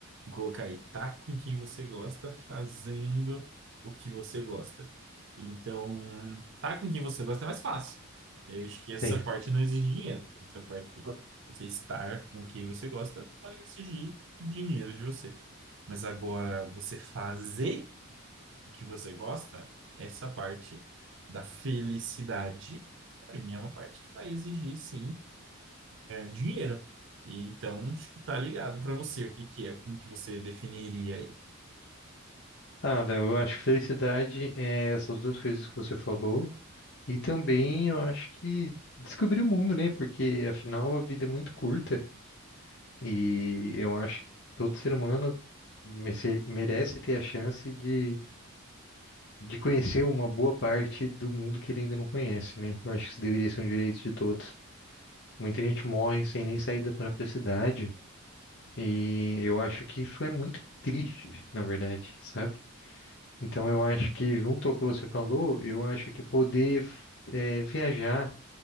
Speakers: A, on the right; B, on the left.
A: vamos colocar aí, tá com quem você gosta, fazendo o que você gosta. Então, tá com quem você gosta é mais fácil. Eu acho que essa
B: Bem,
A: parte não exige dinheiro. Essa parte, você estar com quem você gosta, não vai exigir dinheiro de você. Mas agora, você fazer o que você gosta, essa parte da felicidade, para mim é uma parte que vai exigir, sim dinheiro. E então, acho que tá ligado para você o que que é, como que você definiria aí.
B: Ada, eu acho que felicidade é essas duas coisas que você falou e também eu acho que descobrir o mundo, né? Porque afinal a vida é muito curta. E eu acho que todo ser humano merece merece ter a chance de, de conhecer uma boa parte do mundo que ele ainda não conhece, né? Eu acho que isso deveria ser um direito de todos. Muita gente morre sem nem sair da própria cidade, e eu acho que isso é muito triste, na verdade, sabe? Então eu acho que, junto ao que você falou, eu acho que poder eh, viajar